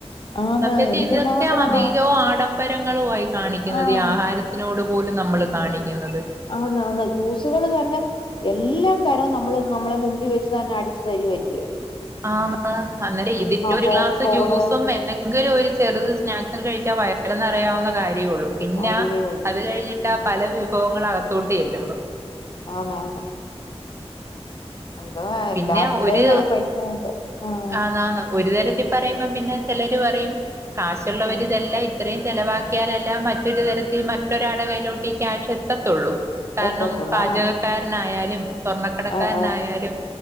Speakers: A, on the left; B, on the right.
A: ആന്ന്
B: സത്യത്തി
A: എന്തുമാത്രം
B: ഇതൊക്കെ അധികവും ആഡംബരങ്ങളുവാ ഈ കാണിക്കുന്നത്
A: ആഹ്
B: ഈ ആഹാരത്തിനോട് പോലും നമ്മൾ കാണിക്കുന്നത്.
A: ആണ് ആണ്. ജ്യൂസുകള് തന്നെ എല്ലാ തരവും നമ്മള് നമ്മളെ മുമ്പിൽ വെച്ച് തന്നെ അടിച്ചു തരുവല്ലിയോ.
B: ആന്ന്. അന്നേരം ഇതില് ഒരു
A: പോപ്കോണ്
B: ഗ്ലാസ് ജ്യൂസും എന്തെങ്കിലും ഒരു ചെറുത് സ്നാക്സും കഴിച്ചാ വയറ് നെറയാവുന്ന കാര്യേ ഉള്ളൂ. പിന്നാ
A: അരിവേ ഉള്ളു
B: അത് കഴിഞ്ഞിട്ടാ
A: ഉം
B: പല വിഭവങ്ങൾ അകത്തോട്ട് ചെല്ലുമ്പൊ.
A: ആന്ന് ആന്ന്. എന്തോ എല്ലാരുടെയും
B: പിന്നെ ഒരു
A: കയ്യ് പൈസയുണ്ട് ഉം.
B: ആന്നാന്ന് ഒരു തരത്തി പറയുമ്പം പിന്നെ ചെലര് പറയും കാശുള്ളവരിതെല്ലാ
A: ഉം
B: ത്രം ചെലവാക്കിയാലേ എല്ലാം മറ്റൊരു തരത്തിൽ മറ്റൊരാടെ കയ്യിലോട്ട് ഈ ക്യാഷ് എത്തത്തുള്ളൂ. കാര്ണം
A: എത്തത്തുള്ളൂ
B: പാചകക്കാരനായാലും സ്വർണക്കടക്കാരനായാലും.
A: ആഹ് ആഹ്